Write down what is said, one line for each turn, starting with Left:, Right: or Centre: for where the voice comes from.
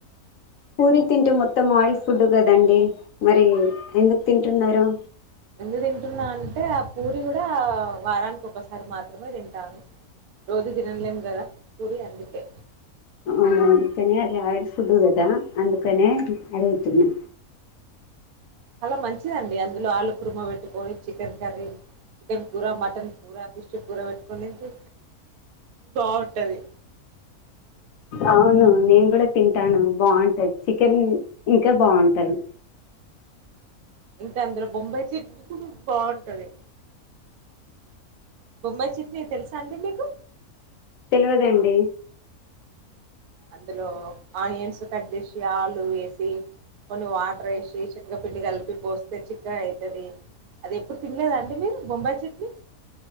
Left: పూరిీ తింటే మొత్తం ఆయిల్ ఫుడ్ కదండి మరి ఎందుకు తింటున్నారు
Right: ఎందుకు తింటున్నా అంటే, ఆ పూరి కూడా వారానికి ఒకసారి మాత్రమే తింటాను. రోజు తినలేము కదా, పూరి అందుకే.
Left: అవును అందుకనే అది ఆయిల్ ఫుడ్ కదా అందుకనే అడిగితిని
Right: చాల మంచిదండి అందులో ఆలు కుర్మ పెట్టుకొని, చికెన్ కర్రీ, చికెన్ కూూర, మటన్ కూ ర, ఫిష్ కూర పెట్టుకుందిండి. బాగుంటది
Left: అవును నేను కూడా తింటాను బాగుంటది. చికెన్ ఇంకా బాగుంటది.
Right: ఇంకా అందులో బొంబై సిట్ కూడా బాగుంటది బొంబయి చెటనీ తెలుసా అండి మీకు
Left: తెలివదండి
Right: అందులో ఆనియన్స్ కట్ చేసి ఆలు వేసి కొన్ని వాటర్ వేసి సెన్నగ పిండి కలిపి పోస్తే చిక్కగా అవుతది అది ఎప్పుడు తినలేదాండి మీరు బొంబాయి చట్నీ